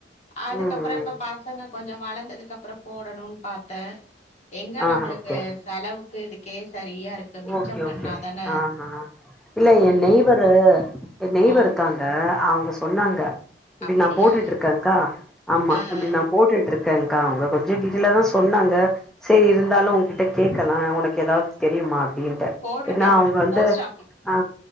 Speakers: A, on the left (about 40°); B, in the centre.
A: அதுக்கப்புரோ
B: ம்
A: இப்ப
B: ம்
A: பாஸ் பசங்க கொஞ்சோ வளந்ததுக்கு அப்புறம் போடணும்னு பார்த்தே எங்க
B: ஆ
A: நம்மளுக்கு
B: ஓகே
A: செலவுக்கு இது வுக்கே சரியா இருக்கு மிச்சம்
B: ஓகே
A: பண்ணாதான
B: ஓகே ஆஹா இல்ல என் நெய்வர்ரு என் நெய்வர்ரு
A: ஓ
B: இருக்காங்க அவ்ங்க சொன்னாங்க இப்டி
A: அப்படியா
B: நா போட்டுட்டுருக்கேன்க்கா அம்மா
A: ஆ
B: இப்டி
A: ஆ
B: நா போட்டுட்டு இருக்கே இருக்கேங்க்கா அவங்க கொஞ்சோ டீட்டெயிலா தா சொன்னாங்க சரி இருந்தாலு
A: ஓ
B: உங்கிட்ட கேட்கலா உனக்கு ஏதாவது தெரியுமா அப்டின்ட்டு
A: போட்டிருக்கேன்
B: ஏன்னா
A: போட்டிருக்கேன்
B: அவுங்க வந்து
A: போஸ்ட் ஆபீஸ்
B: ஆ